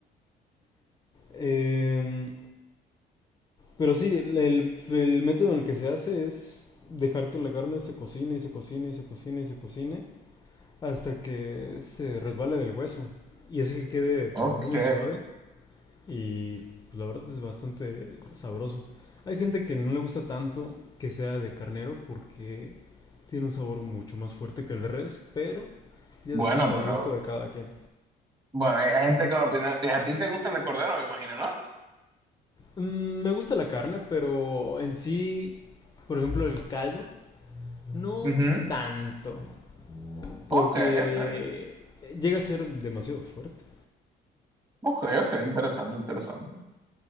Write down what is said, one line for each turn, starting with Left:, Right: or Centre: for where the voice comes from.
Left: Em, pero sí, el, el- el método en el que se hace es dejar que la carne se cocine y se cocine y se cocine y se cocine hasta que se resbale del hueso y hace que quede
Right: Ok.
Left: muy suave y pues, la verdad es bastante sabroso. Hay gente que no le gusta tanto que sea de carnero porque tiene un sabor mucho más fuerte que el de res, pero ya
Right: Bueno,
Left: depende del
Right: pero.
Left: gusto de cada quien.
Right: Bueno, hay hay gente con opinión. A ti te gusta el de cordero, me imagino, ¿no?
Left: Mm, me gusta la carne, pero en sí, por ejemplo, el caldo, no
Right: Ujú.
Left: tanto,
Right: Ok,
Left: porque
Right: ok.
Left: llega a ser demasiado fuerte.
Right: Ok, ok. Interesante, interesante.